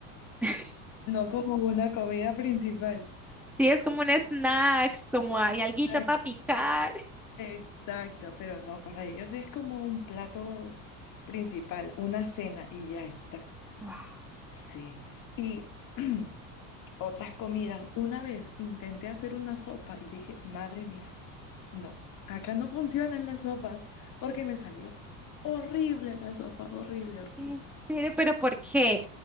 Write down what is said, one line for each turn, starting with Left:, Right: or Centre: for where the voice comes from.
Centre: <laughs>
Left: no como una comida principal.
Centre: Sí, es como un snack, como hay alguito
Left: Exacto,
Centre: para picar.
Left: exacto, pero no, para ellos es como un plato principal, una cena y ya está.
Centre: Wow.
Left: Sí, y <clears throat> otras comidas. Una vez intenté hacer una sopa y dije, madre mía, no, acá no funcionan las sopas porque me salió horrible la sopa, horrible, horrible.
Centre: ¿En serio? ¿Pero por qué?